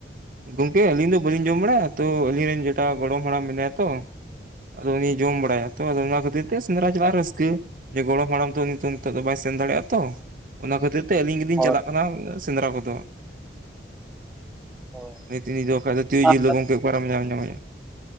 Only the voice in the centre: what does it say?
ᱦᱳᱭ
ᱦᱳᱭ
ᱟᱨ